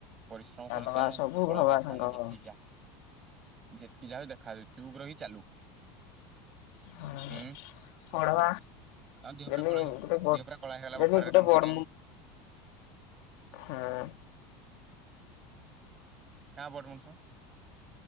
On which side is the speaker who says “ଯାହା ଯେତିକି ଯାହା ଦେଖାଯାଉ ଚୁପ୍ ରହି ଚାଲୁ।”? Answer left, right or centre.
Right